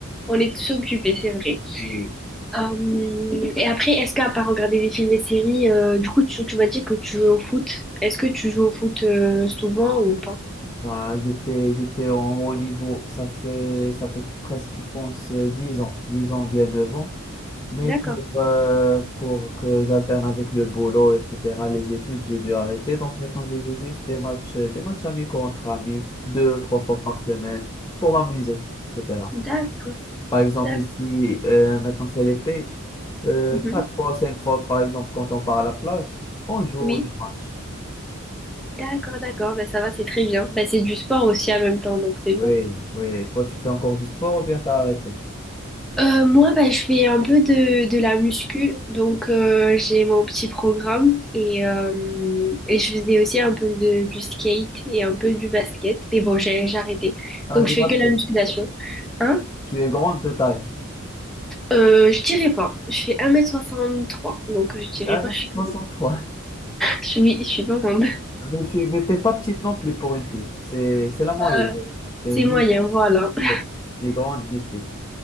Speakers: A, in the centre; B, on the left (about 20°).
A: on est tous occupés, c'est vrai.
B: Oui.
A: Euh, et après, est-ce qu'à part regarder des films et séries, euh, du coup, tu, tu m'as dit que tu joues au foot. Est-ce que tu joues au foot euh, souvent ou pas?
B: Bah, j'étais, j'étais en haut niveau, ça fait, ça fait presque, je pense, euh, 10 ans, 10 ans, bien devant Mais
A: D'accord.
B: pour, euh, pour que j'alterne avec le boulot, etc., les études, j'ai dû arrêter. Donc maintenant, je joue juste des matchs, euh, des matchs amicaux entre amis, deux, trois fois par semaine, pour m'amuser, etc.
A: D'accord.
B: Par exemple,
A: D'accord.
B: ici, euh, maintenant c'est l'été, euh,
A: Mhm.
B: quatre fois, cinq fois, par exemple, quand on part à la plage, on joue
A: Oui.
B: des matchs.
A: D'accord, d'accord. Bah, ça va, c'est très bien. Bah, c'est du sport aussi en même temps, donc c'est bien.
B: Oui, oui. Toi, tu fais encore du sport ou bien t'as arrêté?
A: Euh, moi, bah, je fais un peu de, de la muscu, donc euh, j'ai mon petit programme et, euh, et je faisais aussi un peu de, du skate et un peu du basket, mais bon, j'ai j'ai arrêté.
B: Ah,
A: Donc
B: du
A: je fais
B: basket.
A: que la musculation. Hein
B: Tu es grande de taille.
A: Euh, je dirais pas. Je fais un mètre soixante trois, donc je dirais
B: 1m63.
A: pas, je suis, je suis, <laughs> je suis pas grande.
B: Mais tu n'étais pas petite non plus pour une fille. C'est, c'est la moyenne.
A: Euh,
B: T'es
A: C'est
B: ni
A: moyen,
B: grande,
A: voilà. <laughs>
B: ouais, ni grande, ni petite.